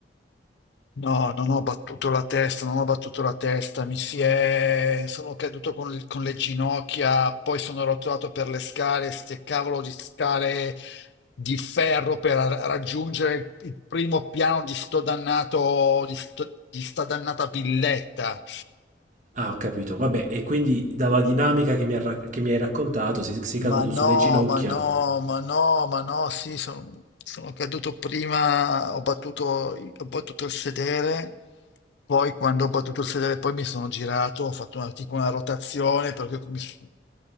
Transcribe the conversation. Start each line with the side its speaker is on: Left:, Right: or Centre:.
Left: No, non ho battuto la testa, non ho battuto la testa, mi si è... sono caduto con, le con le ginocchia, poi sono rotolato per le scale, ste cavolo di scale di ferro per ra- raggiungere il primo piano di sto dannato, di, sto- di sta dannata villetta.
Right: Ah, ho capito, vabbè, e quindi dalla dinamica che mi, ha ra- che mi hai raccontato, sei, sei caduto
Left: Ma no,
Right: sulle ginocchia
Left: ma no, ma no, ma no, sì, sono, sono caduto prima, ho battuto, ho battuto il sedere, poi quando ho battuto il sedere poi mi sono girato, ho fatto una, tipo una rotazione, per cui mi s-